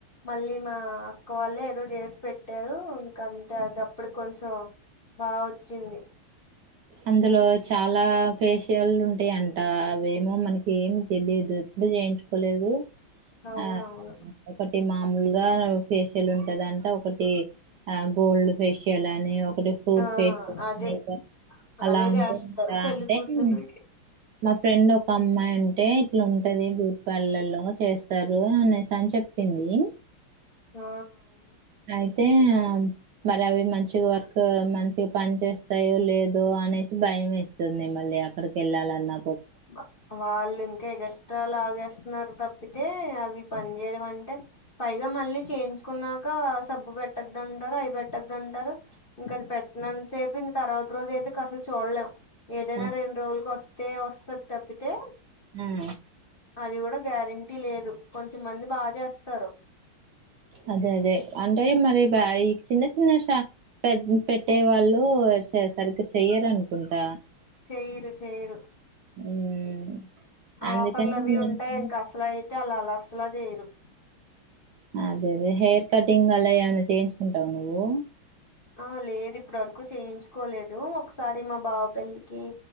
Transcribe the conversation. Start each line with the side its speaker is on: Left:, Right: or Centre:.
Left: మళ్ళీ మా అక్. కోవాలి ఏదో చేసి పెట్టారు ఇంకా అంతే అది అప్పుడికి కొంచెం. బాగొచ్చింది.
Right: అందులో చాలా. ఫేషియల్ ఉంటాయంట అవేమో మనకి ఏమి తెలియదు ఎప్పుడు చేయించుకోలేదు.
Left: అవునవును
Right: ఆహ్ ఒకటి మా. మామూల్గా ఫేషియల్ ఉంటదంటా ఒకటి ఆహ్ గోల్డ్ ఫేషియల్ అని. టూత్
Left: ఆ
Right: పెకు
Left: అదే
Right: నీకు. అలా
Left: అదే
Right: ఉంటే
Left: చేస్తారు
Right: ఉంటా
Left: పెళ్లి
Right: అంటే
Left: కూతుర్లకి
Right: ఉమ్ మా ఫ్రెండ్. ఒక అమ్మాయి ఉంటే ఇట్లా ఉంటది బ్యూటీ పార్లర్ లో చేస్తారు అనేసి అని చెప్పింది.
Left: ఆహ్ అవునా.
Right: అయితే ఆహ్ మరి అవి మంచిగా వర్క్ మంచిగ పని చేస్తాయో లేదో అనేసి. భయం వేస్తుంది మళ్ళీ అక్కడికి వెళ్ళాలిన్నా.
Left: వా వాళ్ళీం. ఎగస్ట్రా లాగేస్తున్నారు తప్పితే అవి పని చేయడం అంటే పైగా మళ్ళీ చేయించు. చేసుకున్నాక సబ్బు పెట్టొద్దంటారు అవి పెట్టొద్దు అంటారు. ఇంకా అది పెట్టటినంత సేపు ఇంక తర్వాత రోజు అయితే ఇంకా అసలు చూడలేము ఏదైనా
Right: ఆ,
Left: రెండు రోజులకోసం. తే వస్తుంది తప్పితే.
Right: ఉమ్.
Left: అది కూడా గ్యారెంటీ లేదు కొంచెంమంది బాగా చేస్తారు.
Right: అదే అదే అంటే మరి. ఆహ్ గాయ్ ఈ చిన్న చిన్న షాప్ పెట్టే వాళ్ళు సరిగ్గా చెయ్యరు అనుకుంటా.
Left: చేయరు చెయ్యరు.
Right: ఉమ్. అందుకని
Left: ఆఫర్లు అవి
Right: నేను-
Left: ఉంటాయి ఇంకా అసలు అయితే అలా అలా అసలే చేయరు.
Right: అదే అదే హెయిర్ కటింగ్ అలా ఏమైనా చేయించుకుంటావ నువ్వు.
Left: ఆహ్ లేదు ఇప్పుడు వరకు చేయించుకోలేదు ఒకసారి మా బావ పెళ్లికి